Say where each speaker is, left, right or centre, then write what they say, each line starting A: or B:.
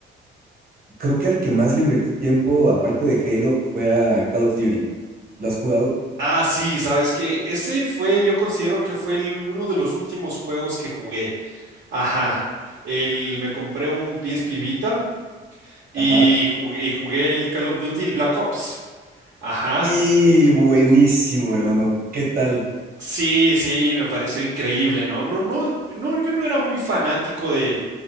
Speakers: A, on the right; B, on the right.
A: creo que al que más le invertí tiempo, aparte de Halo, fue a Call of Duty. ¿Lo has jugado?
B: Ah, sí, sabes que ese fue, yo considero que fue el- uno de los últimos juegos que jugué. Ajá, el, me compré un PSP Vita y
A: Ajá.
B: jugué, y jugué el Call of Duty, el Black Ops. Ajá,
A: Y buenísimo, hermano. ¿Qué tal?
B: sí, sí, me pareció increíble, ¿no? No, no, no, yo no era muy fanático de,